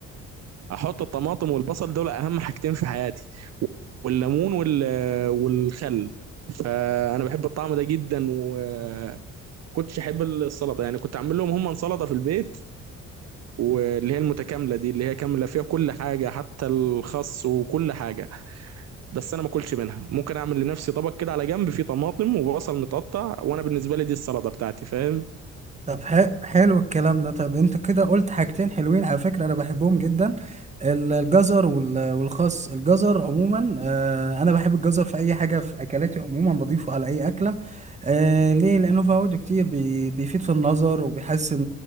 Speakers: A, on the right; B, on the right.
A: احط الطماطم والبصل دول اهم حاجتين في حياتي والليمون وال والخل فانا بحب الطعم ده جدا وكنتش احب السلطة يعني كنت اعمل لهم هم سلطة في البيت واللي هي المتكامله دي اللي هي كامله فيها كل حاجه حتى الخس وكل حاجه بس انا ما اكلش منها ممكن اعمل لنفسي طبق كده على جنب فيه طماطم وبصل متقطع وانا بالنسبه لي دي السلطه بتاعتي فاهم
B: طب ح- حلو الكلام ده طب انت كده قلت حاجتين حلوين على فكرة انا بحبهم جدا ال- الجزر وال- والخس الجزر عموما آه، انا بحب الجزر في اي حاجة في اكلاتي عموما بضيفه على اي اكلة آه، ليه لانه فوائده كتير بي- بيفيد في النظر وبيحسن